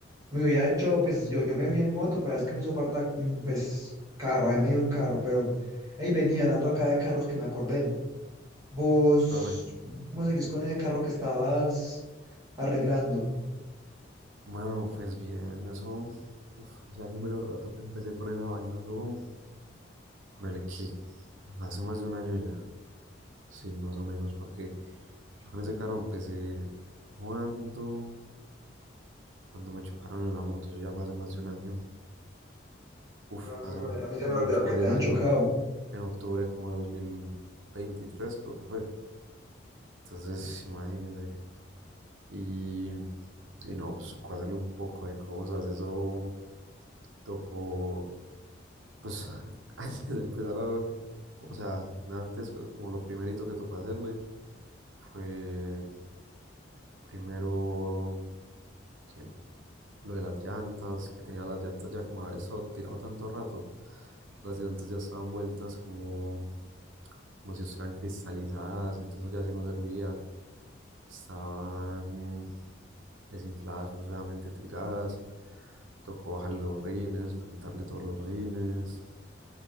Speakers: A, on the right; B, on the right.
A: Me hubiera hecho, pues yo, yo me fui en moto, pero es que me hizo falta, mm, pues, carro, ahí medio en carro, pero, hey, venía hablando acá de carros que me acordé. ¿Vos
B: Dame.
A: cómo seguís con ese carro que estabas arreglando?
B: Mano, pues bien, eso. Uf, ya hace mero rato que empecé con esa vaina. Eso, ponele que hace más de un año ya. Sí, más o menos, porque yo con ese carro empecé cuando, cuando me chocaron en la moto. Eso ya fue hace más de un año. Uf,
A: Ah,
B: hace
A: joder, madre, a mí
B: mucho
A: se me ha olvidado
B: más
A: que te
B: de un
A: han
B: año.
A: chocado.
B: En octubre como de 2023, creo que fue. Entonces, imagínese Y, y no, pues cuádrele un poco de cosas. Eso tocó, pues <laughs> antes de empezar a, o sea, antes pues como lo primerito que tocó hacerle fue primero que lo de las llantas, que tenía las llantas ya como haber estado tirado tanto rato. Las llantas ya estaban vueltas como, como si estuvieran cristalizadas, entonces eso ya sí no servía. Estaban desinfladas, pues obviamente tiradas. Tocó bajarle los rines, pintarle todos los rines,